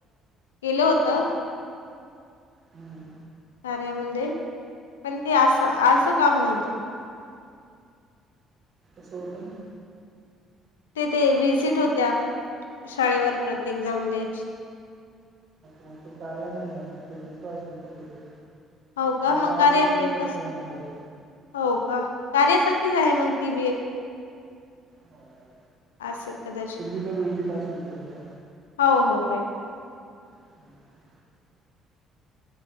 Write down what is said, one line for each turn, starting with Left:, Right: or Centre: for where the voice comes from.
Left: केलं होतं
Right: हम्म
Left: कार्या म्हण पण ते असं असं काम नव्हतं
Right: सोटून
Left: ते ते वजिट होत्या शाळेवर प्रत्येक जाऊन दे
Right: ण ते कार्य नाही आहे ते दुसरं असेल कुठ तरी
Left: हो का मग
Right: अरे आपल्या
Left: कार्यामध्ये
Right: इकडे फर्स्ट
Left: फस्ट
Right: टाइम म गेल
Left: हो का कार्यासारखीच आहे मग ती बी एक
Right: हो,
Left: असेल कदाचित.
Right: फिजिकल विजिक असेल तुमच्या
Left: हो हो
Right: हम्म,